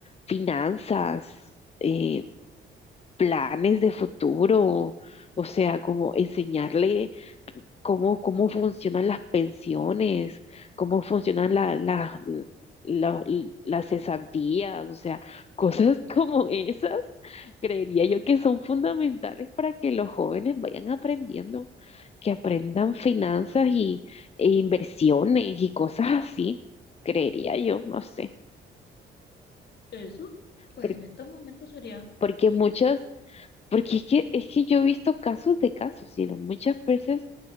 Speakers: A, on the left; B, on the left.
A: finanzas, eh, planes de futuro, o sea, como enseñarle cómo, cómo funcionan las pensiones, cómo funcionan la- la- la- las cesantías, o sea, cosas <laughs> como esas Creería yo que son fundamentales para que los jóvenes vayan aprendiendo, que aprendan finanzas y, e inversiones y cosas así, creería yo, no sé,
B: Eso, pues
A: Por-
B: en estos momentos sería,
A: porque muchas, porque es que, es que yo he visto casos de casos, y lo- muchas veces